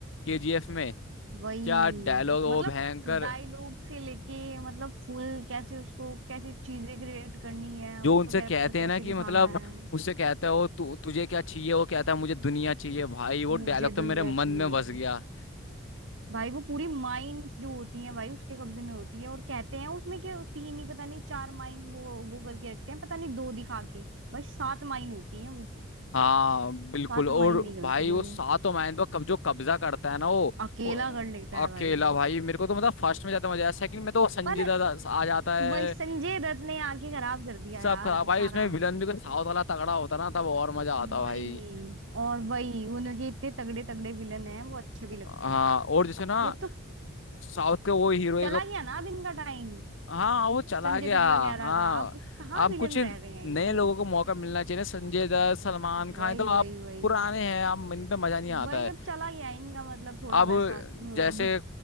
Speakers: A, on the left (about 70°); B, on the right (about 70°).
A: केजीएफ में
B: वही
A: क्या डायलॉग वो
B: मतलब
A: भयंकर
B: डायलॉग से लेके मतलब फुल कैसे उसको कैसी चीजें क्रिएट करनी है
A: जो
B: उसका
A: उनसे
B: कैरेक्टर
A: कहते
B: कैसे
A: हैं ना कि
B: दिखाना
A: मतलब
B: है
A: उससे कहता है वो तु, तुझे क्या चाहिए वो कहता है मुझे दुनिया चाहिए भाई वो
B: मुझे
A: डायलॉग तो मेरे
B: दुनिया
A: मन
B: चाहिए
A: में बस गया
B: भाई वो पूरी माइंस जो होती हैं भाई उसके कब्जे में होती है और कहते हैं उसमें कि तीन ही पता नहीं चार माइन वो वो करके रखते हैं पता नहीं दो दिखा के भाई सात माइन होती हैं वो
A: हाँ बिल्कुल
B: सात
A: और
B: माइन निकलती
A: भाई
B: है
A: वो
B: वो
A: सातों मायन पर कब जो कब्जा करता है ना वो,
B: अकेला
A: वो
B: कर लेता
A: अकेला
B: है भाई वो
A: भाई मेरे को तो मतलब फर्स्ट में ज्यादा मजा आया सेकंड में तो वो संजय
B: पर
A: दत्त आ जाता है
B: वही संजय दत्त ने आके खराब कर दिया
A: सब
B: यार
A: खराब भाई
B: सारा
A: उसमें विलन भी कोई साउथ वाला तगड़ा होता ना तब और मजा आता
B: वही
A: भाई
B: और वही उनके इतने तगड़े तगड़े विलन हैं वो अच्छे भी लगते
A: हाँ
B: हैं
A: और जैसे ना
B: ये तो
A: साउथ के वो हीरो
B: चला गया ना अब इनका टाइम
A: हाँ वो चला
B: संजय
A: गया
B: दत्त वगैरह
A: हाँ
B: का अब कहाँ
A: आप
B: विलन
A: कुछ नए
B: रह रहे हैं ये
A: लोगों को मौका मिलना चाहिए ना संजय दत्त सलमान खान
B: वही
A: ये तो
B: वही
A: आप
B: वही
A: पुराने हैं आप इन पे मजा नहीं आता
B: वही
A: है
B: अब चला गया इनका मतलब थोड़ा
A: अब
B: वैसा अ, गुस
A: जैसे